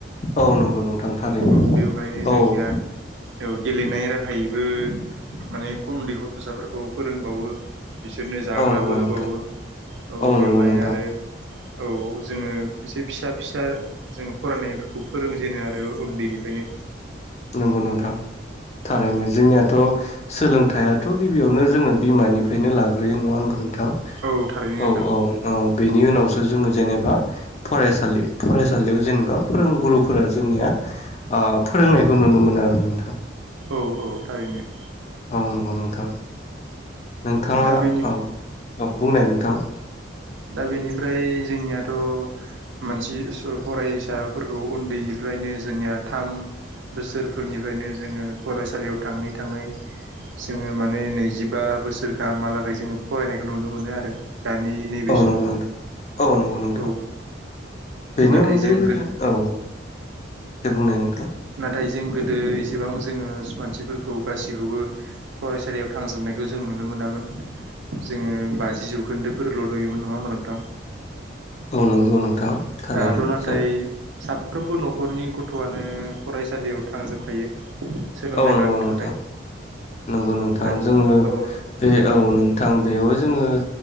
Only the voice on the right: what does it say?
औ बेवहायनो जोंनिया
औ गेलेनाय राहायैबो माने उन्दै गथ'साफोरखौ फोरोंबावो बिसोरनो जाग्राबो
होबावो
औ बेवहाय
आरो औ जोङो एसे फिसा फिसा जों फरायनायफोरखौ फोरोंजेनो आरो उन्दैनिफ्रायनो
औ
औ थारैनो
नोंथां
औ औ थारैनो
दा बेनि
दा बेनिफ्राय जोंनियाथ' मानसे फरायसा फोरखौ उन्दैनिफ्रायनो जोंनिया थाम बोसोरफोरनिफ्रायनो जोङो फरायसालियाव थाङै थाङै जोङो माने नैजिबा बोसोर गाहामलागै जोङो फरायनायखौ नुनो मोनो आरो दानि नैबे
समाव
औ
नाथाय
जों गोदो
नाथाय जों गोदो एसेबां जोङो मानसिफोरखौ गासिखौबो फराय- सालियाव थांजोबनायखौ जों नुनो मोनामोन जोङो बाजि जौखोन्दोफोरल' नुयोमोन नङा होमब्ला नोंथां।
दाथ' नाथाय
साब- फ्रोमबो न'खरनि गथ'आनो फरायसालियाव थांजोबखायो। सोलोंथाइ
लानो
थाखाय
दा
औ